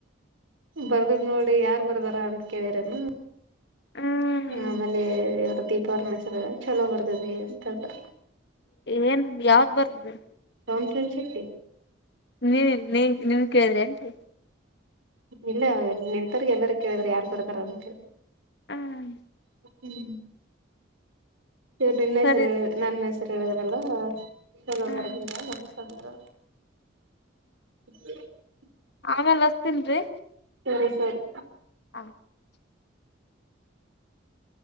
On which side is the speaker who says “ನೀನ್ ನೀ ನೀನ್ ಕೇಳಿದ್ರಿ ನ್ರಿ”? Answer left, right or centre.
Left